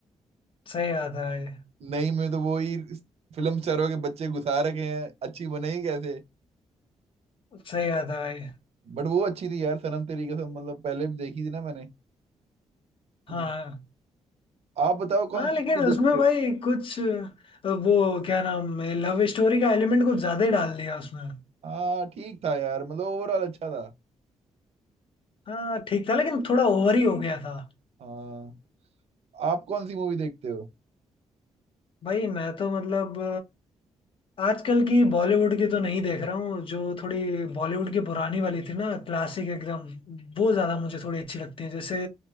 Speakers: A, on the left (about 45°); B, on the right (about 60°).
A: सही बात है भाई
B: नहीं में तो वो ही फिल्म स्टारों के बच्चे घुसा रखे हैं अच्छी बनेगी कैसे
A: सही बात है भाई
B: बट वो अच्छी थी यार सनम तेरी कसम मतलब पहले भी देखी थी ना मैंने
A: हाँ
B: हम्म। आप बताओ
A: हाँ
B: कौन सी
A: लेकिन
B: मूवी
A: उसमें
B: देखते
A: भाई
B: हो
A: कुछ अ, वो क्या नाम है लव स्टोरी का एलिमेंट कुछ ज्यादा ही डाल दिया उसमें
B: हाँ ठीक था यार मतलब ओवरऑल अच्छा था
A: हाँ ठीक था लेकिन थोड़ा ओवर ही हो गया था
B: हाँ आप कौन सी मूवी देखते हो
A: भाई मैं तो मतलब अ, आजकल की बॉलीवुड की तो नहीं देख रहा हूँ जो थोड़ी बॉलीवुड की पुरानी वाली थी ना क्लासिक एकदम वो ज्यादा मुझे थोड़ी अच्छी लगती है जैसे